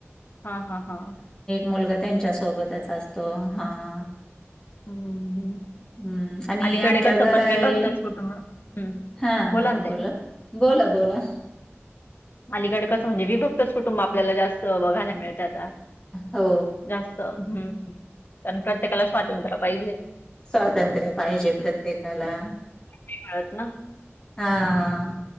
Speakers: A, on the left; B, on the left.
A: हा हा हा.
B: मुलगा त्यांच्या सोबतच असतो हा.
A: हम्म.
B: हम्म आणि
A: अलीकडे
B: आमच्या
A: कसं
B: घरा
A: पण विभक्तच
B: आहे
A: कुटुंब हं.
B: हा हा
A: ना ताई.
B: बोला. बोला बोला.
A: आलुकडे कसं म्हणजे विभक्तच कुटुंब, आपल्याला जास्त बघायला मिळतं आता.
B: हो
A: जास्त हम्म कारण प्रत्येकाला स्वातंत्र पाहिजे.
B: स्वातंत्र्य पाहिजे प्रत्येकाला.
A: <unintelligible> ळत ना
B: हां.